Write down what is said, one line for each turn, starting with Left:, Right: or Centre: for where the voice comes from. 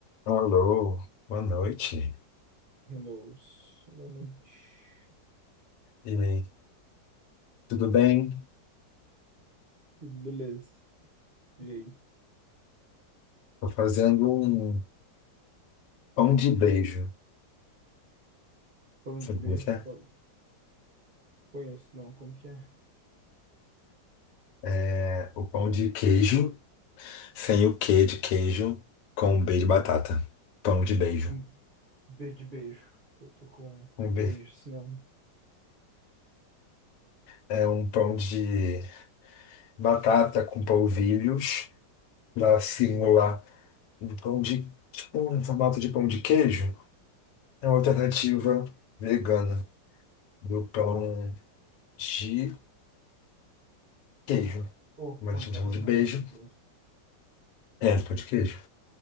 Left: Alô, boa noite.
Right: Hello, boa noite.
Left: E aí, tudo bem?
Right: Beleza. E aí?
Left: Tô fazendo um pão de beijo.
Right: Pão
Left: Sabe
Right: de beijo?
Left: como é que é?
Right: Qual- Conheço não, como que é?
Left: É o pão de queijo, sem o quê de queijo, com um B de batata. Pão de beijo.
Right: Com B de beijo. Eu tô com
Left: Um
Right: beijo,
Left: B.
Right: senão.
Left: É um pão de batata com polvilhos, pra simular um pão de, tipo, um formato de pão de queijo. É uma alternativa vegana do pão de queijo.
Right: Pô,
Left: Mas
Right: pão
Left: a gente
Right: de batata
Left: chama de
Right: não,
Left: beijo.
Right: pão de queijo.
Left: É, de pão de queijo.